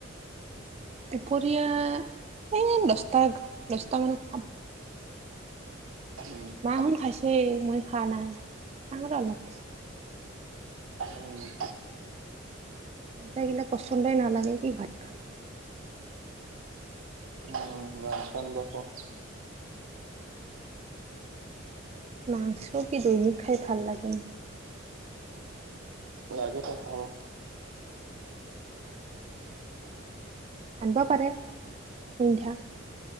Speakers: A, on the right; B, on the right.
A: দুপৰীয়া, এই দছটা দছটা মানত খাম।
B: উম'
A: মাহত খাইছে, মই খোৱা নাই, খাম আৰু অলপ পিছত।
B: উম'
A: আঞ্জা গিলা পচন্দই নালাগে কি হয়?
B: উম' বাচন বৰ্তন
A: মাংস কি দৈনিক খাই ভাল লাগে নেকি?
B: লাগেতো ভাল।
A: আনবা পাৰে আৰু সন্ধ্যা।